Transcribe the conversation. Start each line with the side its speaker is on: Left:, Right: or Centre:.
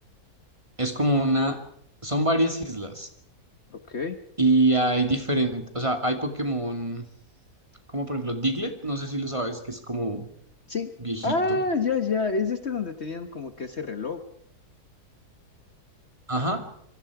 Right: Es como una, son varias islas
Left: ok,
Right: y hay diferentes, o sea, hay Pokémon como por ejemplo Diglett, no sé si lo sabes, que es como
Left: sí,
Right: viejito.
Left: ah, ya, ya, es este donde tenían como que ese reloj,
Right: Ajá.